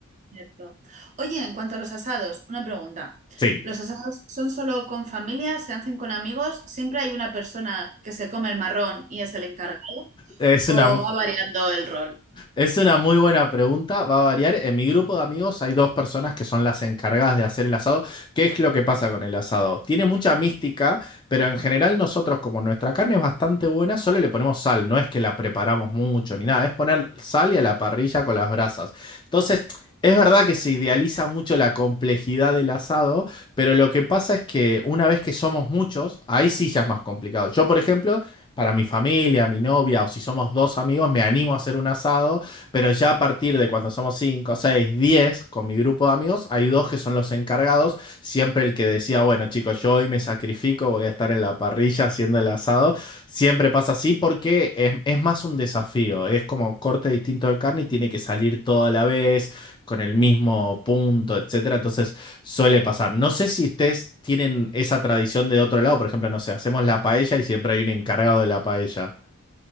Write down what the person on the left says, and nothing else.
Sí,
es
una,
Es una muy buena pregunta, va a variar. En mi grupo de amigos hay dos personas que son las encargadas de hacer el asado. ¿Qué es lo que pasa con el asado? Tiene mucha mística, pero en general nosotros, como nuestra carne es bastante buena, solo le ponemos sal, no es que la preparamos mucho ni nada, es poner sal y a la parrilla con las brasas. Entonces... Es verdad que se idealiza mucho la complejidad del asado, pero lo que pasa es que una vez que somos muchos, ahí sí ya es más complicado. Yo, por ejemplo, para mi familia, mi novia o si somos dos amigos, me animo a hacer un asado pero ya a partir de cuando somos 5, 6, 10, con mi grupo de amigos, hay dos que son los encargados. Siempre el que decía, bueno, chicos, yo hoy me sacrifico, voy a estar en la parrilla haciendo el asado. Siempre pasa así porque es, es más un desafío. Es como corte distinto de carne y tiene que salir todo a la vez, con el mismo punto, etcétera. Entonces suele pasar. No sé si ustedes tienen esa tradición de otro lado. Por ejemplo, no sé, hacemos la paella y siempre hay un encargado de la paella.